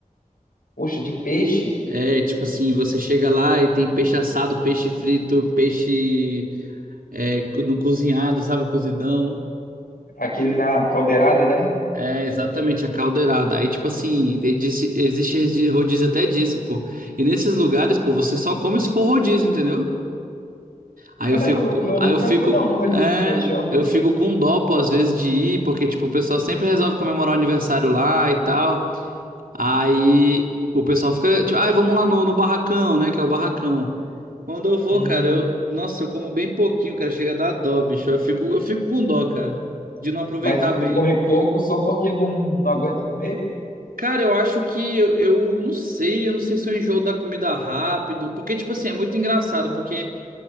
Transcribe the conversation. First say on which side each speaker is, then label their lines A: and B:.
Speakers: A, on the left (about 85°); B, on the right (about 80°).
A: Poxa, de peixe,
B: É, tipo assim, você chega lá e tem peixe assado, peixe frito, peixe é, co- no cozinhado, sabe, o cozidão.
A: aquele na caldeirada, né?
B: É, exatamente, a caldeirada. Aí, tipo assim, e disse- existe resi- rodízio até disso, pô. E nesses lugares, pô, você só come se for rodízio, entendeu? Aí
A: Cara,
B: eu fico,
A: eu,
B: co-
A: eu
B: aí
A: nunca
B: eu fico,
A: fui não num rodízio
B: é,
A: de peixe, ó.
B: eu fico com dó, pô, às vezes de ir, porque, tipo, o pessoal sempre resolve comemorar o aniversário lá e tal. Aí o pessoal fica, tipo, ai, vamos lá no, no barracão, né, que é o barracão. Quando eu vou,
A: Hum,
B: cara, eu, nossa, eu como bem pouquinho, cara, chega a dar dó, bicho. Eu fico, eu fico com dó, cara, de não aproveitar
A: mas tu,
B: bem.
A: tu come pouco só porque não, não aguenta comer?
B: Cara, eu acho que eu, eu não sei, eu não sei se eu enjoo da comida rápido, porque tipo assim, é muito engraçado, porque